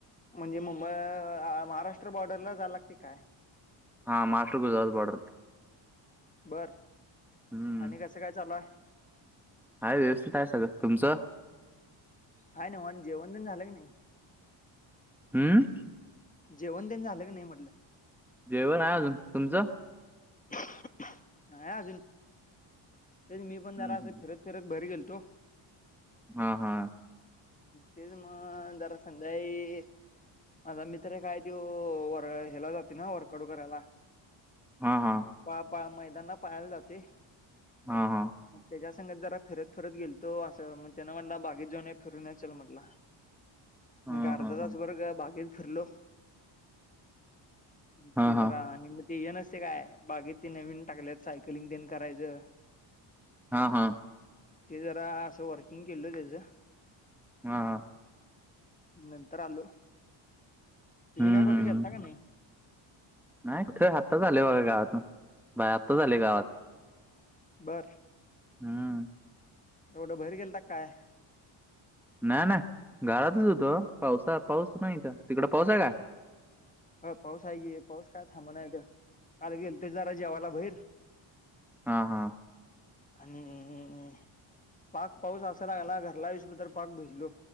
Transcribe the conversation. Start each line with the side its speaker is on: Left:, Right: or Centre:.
Left: म्हणजे मुंबई आ महाराष्ट्र बॉर्डरला आला की काय.
Centre: हा महाराष्ट्र, गुजरात बॉर्डर
Left: बर
Centre: हम्म
Left: आणि कसं काय चालुय.
Centre: आहे व्यवस्थित आहे सगळं तुमचं?
Left: हाय नव्ह न जेवणं झालं की नाही?
Centre: हम्म
Left: जेवण देण झालं की नाही म्हटलं?
Centre: जेवण आहे अजून. तुमचं?
Left: <inaudible> नाही अजून. ते मी पण जरा
Centre: हम्म,
Left: असं
Centre: हम्म.
Left: फिरत- फिरत भैर गेलतो.
Centre: हा- हा.
Left: तेच मग जरा संध्याळी.... माझा मीत्र एक हाय त्यो वर -हेला जातोय ना वर्कआउट करायला.
Centre: हा -हा.
Left: पळा-पळा मैदानला पळायला जातोय.
Centre: हा -हा.
Left: मग त्याच्या संगत जरा फिरत- फिरत गेलतो असं मग त्यान म्हणला बागेत जाऊन फिरून येऊया चल म्हटला.
Centre: <inaudible> हा
Left: म काय अर्धा
Centre: हा
Left: तास
Centre: हा
Left: बर का बागेत फिरलो. म
Centre: हा
Left: ते जरा आणि ते हे नसतय काय बागेत ते नवीन टाकल्यात सायकलिंग तेन करायचं.
Centre: हा- हा.
Left: ते जरा असं वर्किंग केलो तेचं.
Centre: हा.
Left: नंतर आलो. तुम्ही
Centre: हम्म
Left: काय कुठे
Centre: हम्म.
Left: गेलता का नाही?
Centre: नाही आताच आलोय बघा गावातन बा -आताच आलोय गावातन.
Left: बरं.
Centre: हा.
Left: म कुठं बहेर गेलता का काय?
Centre: ना -ना घरातच हुतो, पावसा -पाऊस नाही तर तिकड पाऊस हाय काय?
Left: हा पाऊस आहे की पाऊस काय थांबणा इथं काल गेलतीत जरा जेवाला बहिर.
Centre: हा- हा.
Left: हं- -हं- हं -हं- हं........ पाक पाऊस असा लागला घरला येउस तर पाक भिजलो.